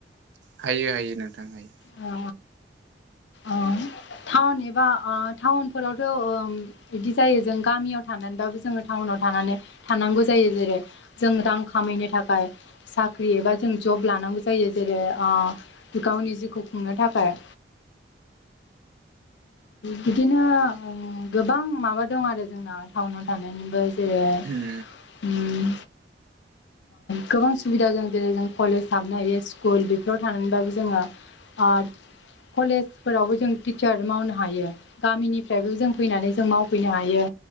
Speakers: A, on the right (about 70°); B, on the left (about 75°).
A: हायो हायो नोंथां हायो।
B: ओ औ टाउन एबा टाउनफोरावथ' ओम इदि जायो जों गामियाव थानानैबाबो जोङो टाउनाव थानानै थानांगौ जायो। जेरै- जों रां खामायनो थाखाय। साख्रि एबा जों जब लानांगौ जायो। जेरै- आ गावनि जिउखौ खुंनो थाखाय। बिदिनो गोबां माबा दं आरो। जोंना टाउनाव थानायनिबो ए
A: उम
B: ओम। गोबां सुबिदा जों जेरै जों कलेज हाबनो हायो। स्कुल बेफोराव थानानैबाबो जोङो आ कलेजफोरावबो जों टिचार मावनो हायो। गामिनिफ्रायबो जों फैनानै जों मावफैनो हायो।